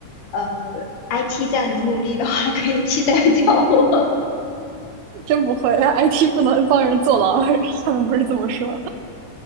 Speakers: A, on the left; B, on the right.
A: 呃，IT 再努努力的话，可以替代掉我。
B: <laughs> 真不会，IT <laughs> 不能帮人坐牢，<laughs> 他们不是这么说。